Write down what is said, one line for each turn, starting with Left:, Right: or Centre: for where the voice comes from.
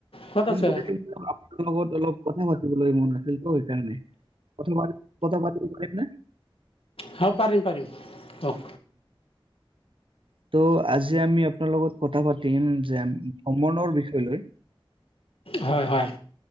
Left: ক'ত
Right: ফোন
Left: আছে
Right: কৰিছো আপোনাল লগত অলপ কথাই পাতি বোলৈ মন আছিল ত সেইকাৰণে ক কথা পাতি পাৰিম নে?
Left: হ' পাৰিম পাৰিম অ'।
Right: ত আজি আমি আপোনাৰ লগত কথা পাতিম জেম ভ্ৰমণৰ বিশৈলৈ।
Left: হয় হয়।